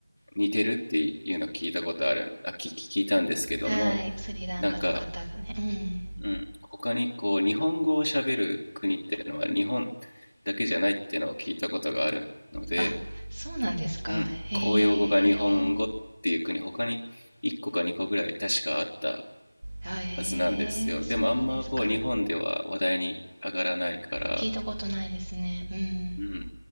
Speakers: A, on the left; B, on the right.
A: 似てるっていうの聞いたことあるあ聞聞いたんですけども
B: はい、スリランカの方がね、
A: なんか、
B: うん。
A: うん、他にこう日本語を喋る国っていうのは日本だけじゃないっていうのを聞いたことがあるので、
B: あ、そうなんですか。
A: うん、
B: へえ。
A: 公用語が日本語っていう国他に1個か2個ぐらい確かあった
B: あ、えーそうですか。
A: はずなんですよでもあんまこう日本では話題に上がらないから
B: 聞いたことないですね。うんうん
A: うん、